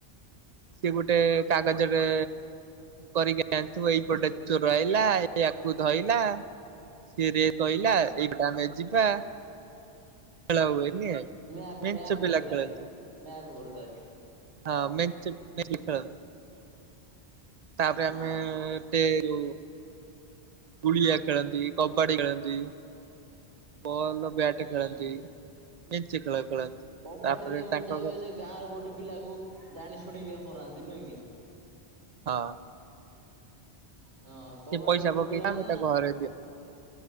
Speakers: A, on the right; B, on the right.
A: ସିଏ ଗୋଟେ କାଗଜରେ କରିକି ଆଣିଥିବ ଏଇପଟେ ଚୋର ଆଇଲା ଇୟାକୁ ଧଇଲା। ସିଏ ଟିକେ କହିଲା ଏଇଟା ଆମେ ଯିବା। ଖେଳ ହୁଏନି
B: ମ୍ୟାପ
A: ମେଞ୍ଚେ
B: ମ୍ୟାପ
A: ପିଲା
B: କରୁଥାଏ
A: ଖେଳନ୍ତି
B: ମ୍ୟାପ କରୁଥାଏ।
A: ହଁ ମେଞ୍ଚେ ମିଶିକି ଖେଳ। ତାପରେ
B: ହଁ
A: ଆମେ ଟେରୁ ଗୁଳିଆ ଖେଳନ୍ତି କବାଡି ଖେଳନ୍ତି। ବଲ ବ୍ୟାଟ ଖେଳନ୍ତି
B: ହୁଁ।
A: ମେଞ୍ଚେ ଖେଳ ଖେଳନ୍ତି।
B: କବାଡି
A: ତାପରେ
B: ରେ ମଜା
A: ତାଙ୍କ
B: ହୁଏ
A: ଘରେ
B: ସେ ଗାଁରେ ଗୋଟେ ପିଲାକୁ ଜାଣି ଶୁଣିକି ହରାନ୍ତି ନୁହେଁ କି।
A: ହଁ।
B: ହଁ କବାଡ଼ି
A: ସେ ପଇସା
B: ର ଗୋଟେ
A: ପକେଇଥା
B: ପିଲା
A: ଆମେ
B: ନା
A: ତା ଘରେ